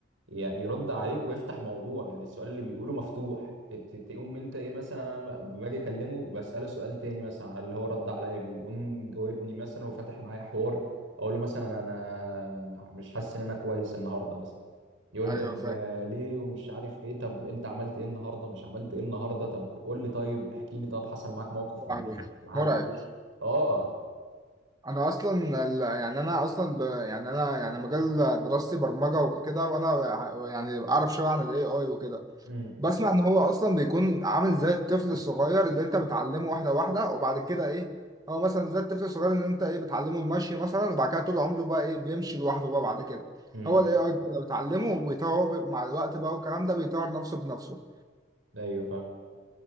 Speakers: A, on the right (about 80°); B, on the right (about 20°).
A: ي- يرد عليك ويفتح موضوع يعني السؤال اللي بيقوله مفتوح ت- ت- تقوم انت ايه مثلا انا باجي اكلمه بسأله سؤال تاني مثلا على اللي هو رد عليا بيه. يقوم جاوبني مثلا وفتح معايا حوار اقول له مثلا انا مش حاسس ان انا كويس النهارده مثلا يقول
B: ايوه
A: لي طب
B: فاهم
A: آه، ليه ومش عارف ايه طب انت عملت ايه النهارده مش عملت ايه النهارده طب قول لي طيب احكي لي طب حصل معاك موقف مش
B: صحيح
A: ما حبيتوش
B: مرعب
A: اه
B: انا اصلا ال- يعني انا اصلا ب... يعني انا يعني مجال دراستي برمجه وكده وانا ع- يعني اعرف شويه عن الاي اي وكده
A: امم
B: بسمع ان هو اصلا بيكون عامل زي الطفل الصغير اللي انت بتعلمه واحده واحده وبعد كده ايه هو مثلا زي الطفل الصغير اللي انت ايه بتعلمه المشي مثلا وبعد كده طول عمره بقى ايه بيمشي لوحده بقى بعد كده
A: امم
B: هو الاي اي بتعلمه وبيطور مع الوقت بقى والكلام ده بيطور نفسه بنفسه
A: ايوه فاهم